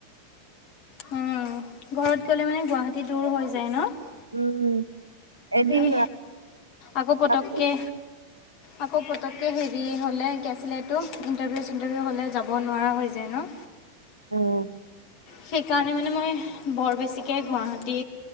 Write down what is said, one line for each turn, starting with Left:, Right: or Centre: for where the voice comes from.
Left: উম, ঘৰত গ'লে মানে গুৱাহাটী দূৰ হৈ যায় ন'?
Right: উম, এদিন
Left: এই আকৌ পতককে
Right: <unintelligible>
Left: আকৌ পটকে হেৰি হ'লে কি আছিলে এটো, ইণ্টাৰভিউ-চিণ্টাৰভিউ হ'লে যাব নোৱাৰা হৈ যায় ন'?
Right: উম।
Left: সেইকাৰণে মানে মই বৰ বেছিকৈ গুৱাহাটী